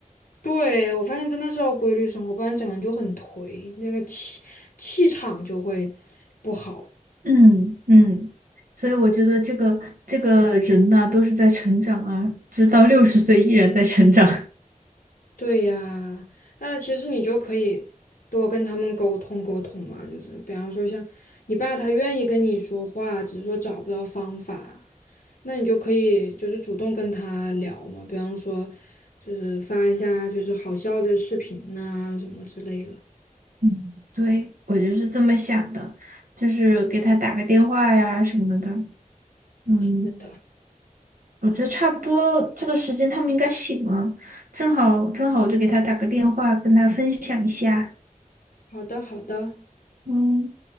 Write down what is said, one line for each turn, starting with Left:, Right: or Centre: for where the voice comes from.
Left: 对，我发现真的是要规律生活，不然整个人就很颓，那个气气场就会不好。
Right: 嗯嗯，所以我觉得这个这个人呐、都是在成长啊，就到六十岁依然在成长。
Left: 对呀，那其实你就可以多跟他们沟通沟通嘛，就是比方说像你爸他愿意跟你说话，只是说找不到方法，那你就可以就是主动跟他聊嘛，比方说就是发一下就是好笑的视频呐、什么之类的。
Right: 嗯，对，我就是这么想的，就是给他打个电话呀什么的。嗯，
Left: 对的，
Right: 我觉得差不多这个时间他们应该醒了，正好正好我就给他打个电话，跟他分享一下。
Left: 好的，好的。
Right: 嗯。